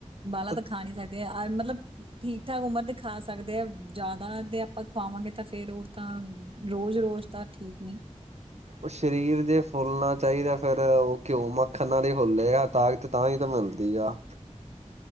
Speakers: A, on the right (about 50°); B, on the right (about 65°).
A: ਬਾਲਾ ਤਾਂ
B: ਅ
A: ਖਾ ਨੀ ਸਕਦੇ ਆ ਮਤਲਬ ਠੀਕ-ਠਾਕ ਉਮਰ ਦੇ ਖਾ ਸਕਦੇ ਆ ਜ਼ਿਆਦਾ ਦੇ ਆਪਾਂ ਖਾਵਾਂਗੇ ਤਾਂ ਫੇਰ ਉਹ ਤਾਂ ਰੋਜ਼-ਰੋਜ਼ ਤਾਂ ਠੀਕ ਨਹੀਂ।
B: ਉਹ ਸਰੀਰ ਜੇ ਫੁੱਲਣਾ ਚਾਹੀਦਾ ਫੇਰ ਉਹ ਘਿਓ, ਮੱਖਣ ਨਾਲ ਹੀ ਫੁੱਲੇਗਾ ਤਾ ਤੇ ਤਾਂ ਹੀ ਤਾਂ ਮਿਲਦੀ ਆ।